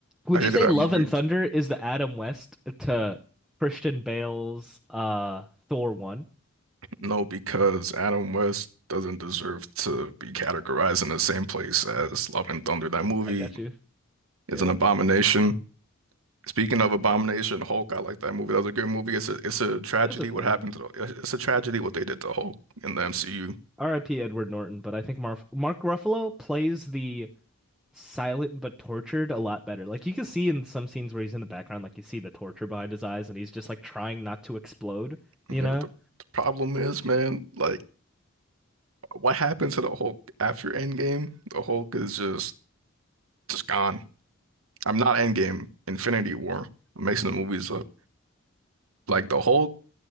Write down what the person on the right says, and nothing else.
I hated
that
movie.
No, because Adam West doesn't deserve to be categorized in the same place as Love and Thunder. That movie
is
an abomination. Speaking of abomination, Hulk, I like that movie. That was a good movie. It's a it's a tragedy
what happened
to the, it's a tragedy what they did to Hulk in the MCU.
You
know,
the, the problem is, man, like what happened to the Hulk after Endgame? The Hulk is just just gone. I'm not Endgame, Infinity War. I'm mixing the movies up. Like the Hulk,